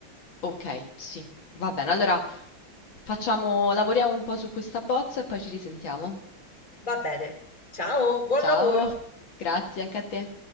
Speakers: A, on the left; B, on the left.
A: ok, sì, va bene. Allora facciamo, lavoriamo un po' su questa bozza e poi ci risentiamo.
B: Va bene. Ciao, buon
A: Ciao,
B: lavoro.
A: grazie anche a te.